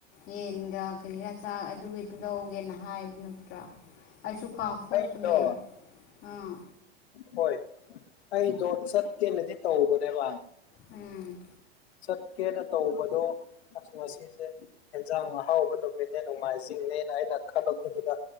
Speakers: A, on the left; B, on the left.
A: ꯌꯦꯟꯒ ꯀꯔꯤꯔꯥ ꯆꯥꯛ ꯑꯗꯨꯒꯤꯗꯨ ꯂꯧꯒꯦꯅ ꯍꯥꯏꯕ ꯅꯠꯇ꯭ꯔꯥ ꯑꯩꯁꯨ ꯀꯥꯞꯊꯣꯛꯄꯅꯦ
B: ꯑꯩꯗꯣ
A: ꯑꯥ
B: ꯍꯣꯏ ꯑꯩꯗꯣ ꯆꯠꯀꯦꯅꯗꯤ ꯇꯧꯕꯅꯦꯕ
A: ꯎꯝ
B: ꯆꯠꯀꯦꯅ ꯇꯧꯕꯗꯣ ꯑꯁ ꯉꯁꯤꯁꯦ ꯌꯦꯟꯖꯥꯡ ꯑꯍꯥꯎꯕ ꯅꯨꯃꯤꯠꯅꯦ ꯅꯣꯡꯃꯥꯏꯖꯤꯡꯅꯦꯅ ꯑꯩꯅ ꯈꯜꯂꯛꯄꯗꯨꯗ